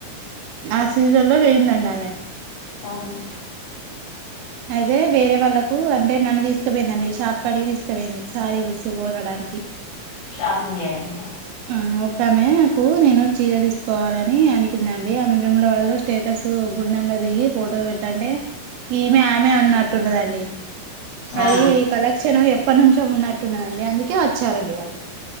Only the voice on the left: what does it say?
అవునా
షాపింగ్ చేయడానికా
ఆ